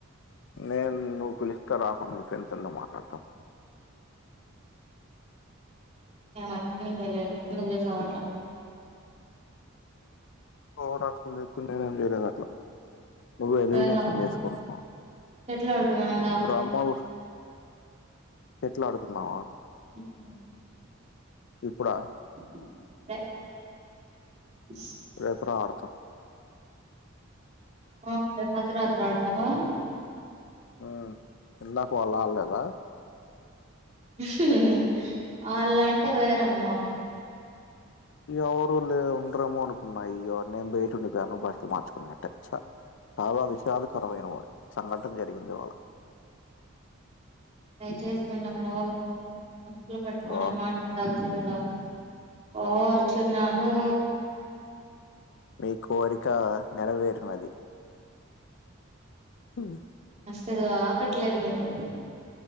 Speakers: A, on the left; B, on the right.
A: నేను నువ్వు పిలిస్తే రాకుండ ఫ్రెండ్ తో ఎందుకు మాట్లాడుతా.
B: ఏమట్ <inaudible> నీకు తెలియాలి ఎందుకు చేసావ్ అట్లా.
A: ఓవర్ యాక్షన్ చేస్తుంటే నేన్ చేయలేను అట్లా నువ్వు ఎలిమినేషన్
B: చేసావ్
A: చేసుకుంటునావ్
B: షెటిల్ ఆడుకుందాం దా
A: బ్రహ్మవ్ షటిల్ ఆడుకుందామా.
B: ఉమ్
A: ఇప్పుడా.
B: <inaudible>
A: రేపు రా ఆడతా.
B: ఆ అర్ధరాత్రి ఆడతావా.
A: ఆ ఇందాక వాల్ అల్ లేదా
B: హ్ హ్ హ్ అల వేరమ్మ
A: ఎవరు లే ఉండరేమో అనుకున్నా. నేను బయటుండిపోయాను బట్టలు మార్చుకున్నట్టే చ చాలా విషాదకరమైన వా సంఘటన జరిగింది ఈ వాళ.
B: దయచేసి కొంచెం నోరు. <unintelligible> పట్టుకొని
A: ఓ
B: మాట్లాడాల్సింది ఓర్ చున్నానూ
A: మీ కోరికా నెరవేరినది. తాహ్
B: ఇదిగో ఆగట్లేదు నీకు.